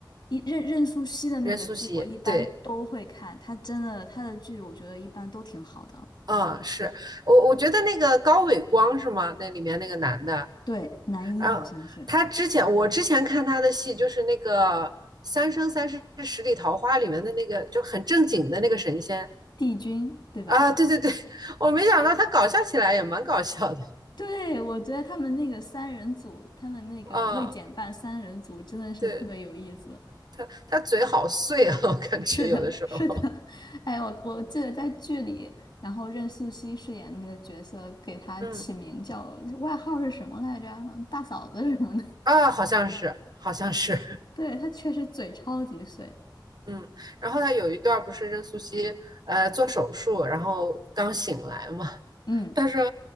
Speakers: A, on the left; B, on the right.
A: 一任任素汐的那个剧，
B: 任素汐，
A: 我一般都会看，
B: 对，
A: 她真的她的剧，我觉得一般都挺好的。
B: 啊，是我我觉得那个高伟光是吗？那里面那个男的，
A: 对，男一好像是
B: 啊，他之前我之前看他的戏就是那个。《三生三世十里桃花》里面的那个就很正经的那个神仙，
A: 帝君，对吧？
B: 啊，对对对，<laughs> 我没想到他搞笑起来也蛮搞笑的
A: 对，我觉得他们那个三人组，他们那个未减半三人组真的是特别有意思。
B: 啊。对，他他嘴好碎啊，我感觉有的时候，
A: 是的，是的，<laughs> 哎，我我记得在剧里，然后任素汐饰演的那个角色，给她起名叫外号是什么来着？
B: 嗯
A: 好像大嫂子什么的。
B: 啊，好像是，好像是，
A: <laughs>
B: <laughs>
A: 对，她确实嘴超级碎。
B: 嗯。然后他有一段儿不是任素汐呃做手术，然后刚醒来嘛，
A: 嗯，
B: 他说